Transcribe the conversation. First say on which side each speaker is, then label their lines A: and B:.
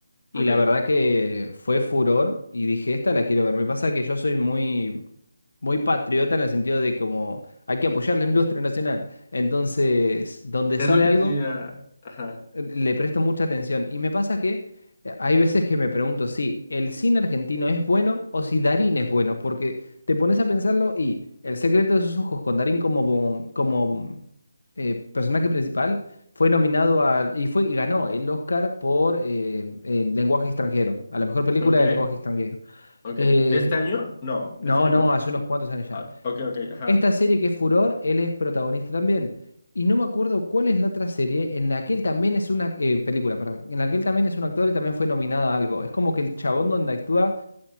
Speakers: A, on the left; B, on the left.
A: Y
B: ok,
A: la verdad que fue furor y dije, esta la quiero ver. Me pasa que yo soy muy, muy patriota en el sentido de como hay que apoyar la industria nacional. Entonces, donde
B: es
A: sale
B: lo que
A: algo,
B: te, ah, ajá,
A: le presto mucha atención. Y me pasa que eh, hay veces que me pregunto si el cine argentino es bueno o si Darín es bueno, porque te pones a pensarlo y El secreto de sus ojos con Darín como, bom- como bom- eh, personaje principal fue nominado al y fue y ganó el Oscar por eh, el lenguaje extranjero, a la mejor película
B: ok.
A: de lenguaje extranjero.
B: Ok.
A: Eh,
B: ¿De este año? No,
A: no,
B: de este año
A: no,
B: no.
A: hace unos cuantos años ya.
B: Ah, ok, ok, ajá.
A: Esta serie que es Furor, él es protagonista también. Y no me acuerdo cuál es la otra serie en la que él también es una eh, película, perdón, en la que él también es un actor y también fue nominado a algo. Es como que el chabón donde actúa